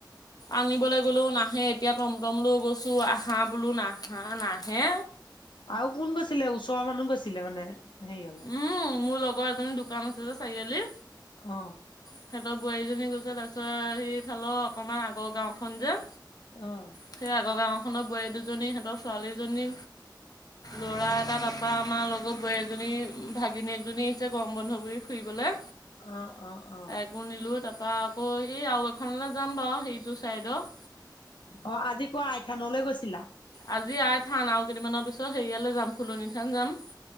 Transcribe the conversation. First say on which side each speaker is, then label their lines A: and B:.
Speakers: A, on the left; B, on the left.
A: আনিবলৈ গ'লেও নাহে। এতিয়া টমটম লৈ গৈছোঁ, আহাঁ বোলো নাহা নাহে।
B: আৰু কোন গৈছিলে, ওচৰৰ মানুহ গৈছিলে মানে হেৰিঅল।
A: উম, মোৰ লগৰ এজনী দোকান আছে যে চাৰিআলি।
B: অ'।
A: সিহঁতৰ বোৱাৰীজনী গৈছে তাৰপিছত সেইফালৰ অকণমান আগৰ গাঁৱখন যে
B: অ'।
A: সেই আগৰ গাঁওখনৰ বোৱাৰী দুজনী, সিহঁতৰ ছোৱালীজনী, ল'ৰা এটা
B: অ'।
A: তাত বা আমাৰ লগৰ বোৱাৰী এজনী, ভাগিনী এজনী আহিছে গৰম বন্ধ বুলি ফুৰিবলে।
B: অ', অ', অ'।
A: পোৰ নিলোঁ তাৰপা আকৌ এই আৰু এখনলৈ যাম বাৰু সেইটো ছাইডৰ।
B: অ' আজি পুৱা আইথানলৈ গৈছিলা?
A: আজি আইথান আৰু কেইদিনমানৰ পিছত হেৰিয়ালৈ যাম, ফুলনিথান যাম।